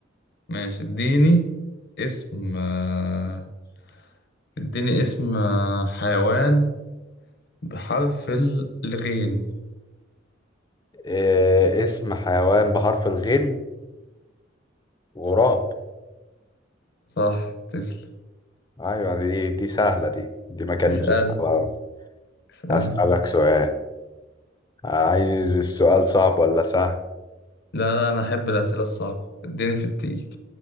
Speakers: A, on the left; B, on the left.
A: ماشي اديني اسم آه اديني اسم آه حيوان بحرف الغين
B: إيه اسم حيوان بحرف الغين غراب
A: صح تسلم
B: ايوه دي دي سهله دي دي ما كانتش
A: اسأل
B: صعبه أوي.
A: اسأل
B: هسألك سؤال عايز السؤال صعب ولا سهل
A: لا لا أنا أحب الأسئلة الصعبة اديني في التقيل